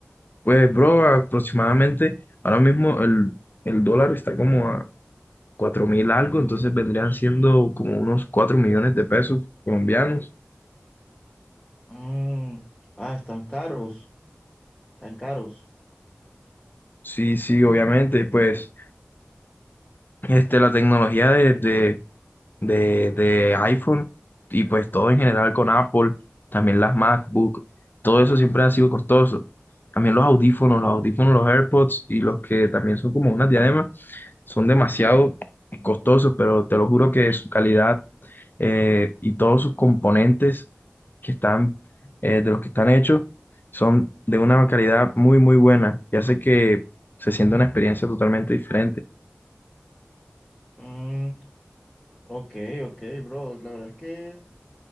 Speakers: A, on the left (about 50°); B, on the left (about 20°).
A: Pues, bro, aproximadamente ahora mismo el, el dólar está como a cuatro mil algo, entonces vendrían siendo como unos 4 millones de pesos colombianos.
B: Mm, ah, están caros, tan caros.
A: Sí, sí, obviamente, pues este, la tecnología de, de, de, de iPhone y pues todo en general con Apple, también las MacBook, todo eso siempre ha sido costoso. También los audífonos, los audífonos, los AirPods y los que también son como unas diademas, son demasiado costosos, pero te lo juro que su calidad eh, y todos sus componentes que están, eh, de los que están hechos, son de una calidad muy, muy buena y hace que se sienta una experiencia totalmente diferente.
B: Mm, ok, ok, bro. La verdad es que